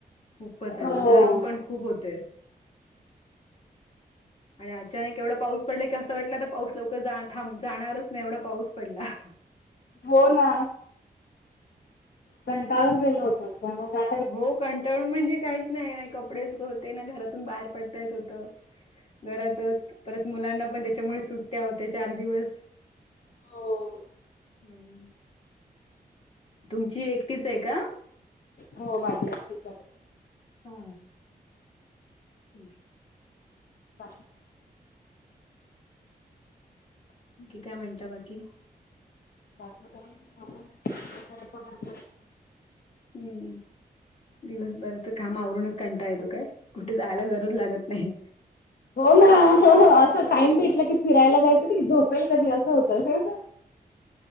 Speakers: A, on the left; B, on the left.
A: खूपच आणि
B: हो.
A: गरम पण खूप होतेय आणि अचानक एवढा पाऊस पडलाय की असं वाटलं तर पाऊस लवकर जा थां जाणारच नाही एवढा पाऊस पडला <unintelligible>
B: हो ना कंटाळून गेलो होतो पण मग आ
A: हो कंटाळून म्हणजे काहीच नाही नाही कपडे सुख होते ना घरातून बाहेर पडता येत होत घरातच परत मुलांना पण त्याच्यामुळे सुट्ट्या होत्या चार दिवस
B: हो.
A: हम तुमची एकटीच आहे का
B: हो माझी एकटीच आहे <unintelligible>
A: हा <unintelligible>
B: बाकी
A: की काय म्हणता बाकी
B: बाकी काही आपण <unintelligible>
A: हम्म <unintelligible> दिवसभराचं काम आवरूनच कंटा येतो काय कुठे जायला गरज लागत नाही
B: हो ना हो असं टाइम भेटला की फिरायला जायचं की झोपेल कधी असं होतं